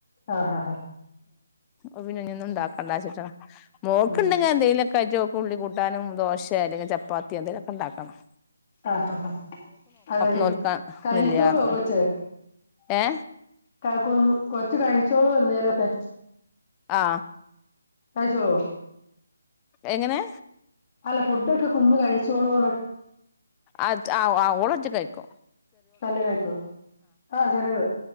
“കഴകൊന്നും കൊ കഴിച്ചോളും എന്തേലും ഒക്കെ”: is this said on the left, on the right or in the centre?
Left